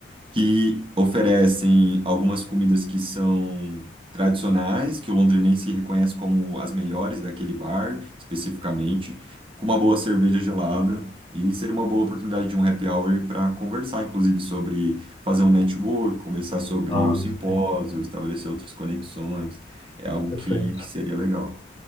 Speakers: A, on the right (about 30°); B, on the left (about 25°).
A: que oferecem algumas comidas que são tradicionais, que o londrinense reconhece como as melhores daquele bar, especificamente, com uma boa cerveja gelada. E seria uma boa oportunidade de um happy hour para conversar, inclusive, sobre fazer um network, conversar sobre
B: ah,
A: o simpósio,
B: entendi.
A: estabelecer outras conexões. É algo
B: perfeito.
A: que, que seria legal.